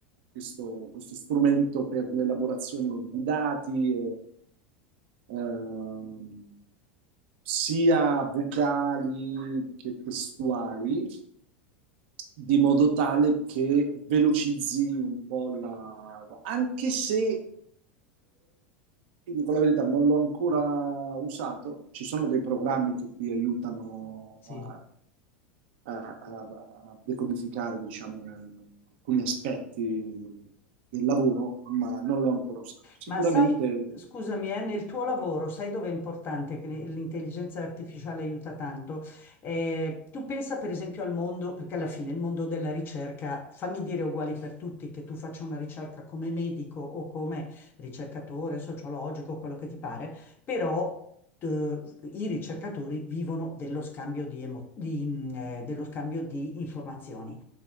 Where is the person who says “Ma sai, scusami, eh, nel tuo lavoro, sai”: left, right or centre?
Left